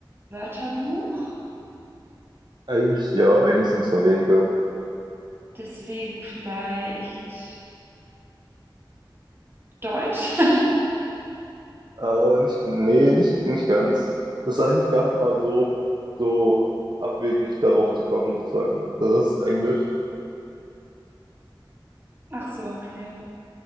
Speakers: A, on the right; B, on the right.
A: Wörterbuch.
B: Eigentlich ja, eigentlich sind es dann weniger.
A: Deswegen vielleicht Deutsch.
B: Äh, nicht, nee, nicht, nicht ganz. Das ist eigentlich gar nicht mal so, so abwegig darauf zu kommen, sozusagen. Das ist Englisch.
A: <laughs> Ach so, okay.